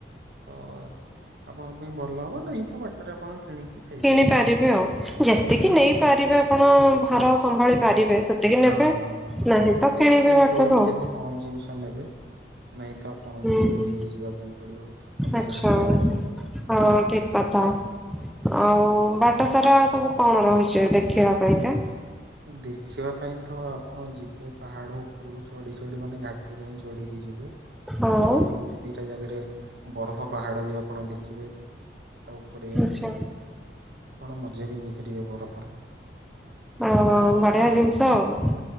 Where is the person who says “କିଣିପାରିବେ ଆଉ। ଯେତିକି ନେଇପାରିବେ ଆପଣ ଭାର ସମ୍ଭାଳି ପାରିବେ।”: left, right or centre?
Centre